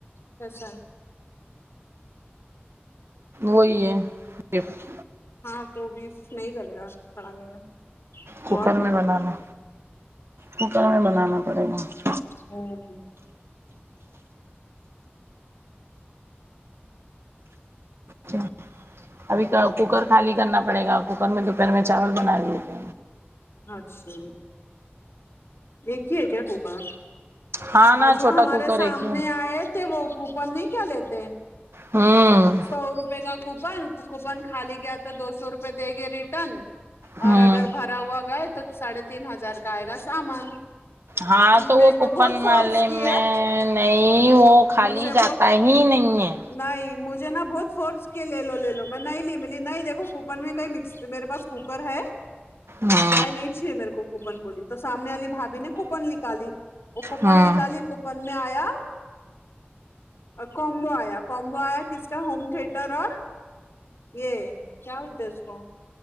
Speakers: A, on the left; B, on the right.
A: کیسا ہی
B: وہی ہے گفٹ
A: ہاں تو بیف نہیں گلے گا کڑھائ میں
B: کوکر
A: بہت ٹائم
B: میں بنانا کوکر میں بنانا پڑے گا
A: ہوں
B: کیا ابھی کوکر خالی کرنا پڑے گا کوکر میں دوپہر میں چاول بنائے ہوئے تھے
A: اچھا ایک ہی ہے کیا کوکر
B: ہاں نا
A: آج
B: چھوٹا
A: وہ ہمارے
B: کوکر
A: سامنے
B: ایک ہی ہے۔
A: آئے تو وہ کوپن نہیں کیا لیتے
B: ہوں
A: سو روپے کا کوپن کوپن خالی گیا تو دو سو روپئے دے گے ریٹرن
B: ہوں
A: اور اگر بھرا ہوا گئے تو ساڑھے تین ہزار کا آئے گا سامان
B: ہاں
A: میرے
B: تو وہ کوپن
A: کو بہت فورس
B: والے
A: کیے
B: میں نہیں وہ خالی
A: مجھے
B: جاتا
A: بہت
B: ہی نہیں ہے
A: نہیں مجھے نا بہت فورس کے لے لو لے لو میں نہیں لی ملی نہیں دیکھو کوپن میں کہئی مکس میرے پاس کوکر ہے
B: ہاں
A: میں نہیں چھیے میرے کو کوپن بولی تو سامنے والی بھابھی نے کوپن نکالی وہ کوپن
B: ہاں
A: نکالی کوپن میں آیا کومبو آیا کومبو آیا کس کا ہوم تھیٹر اور یہ کیا بولتے اس کو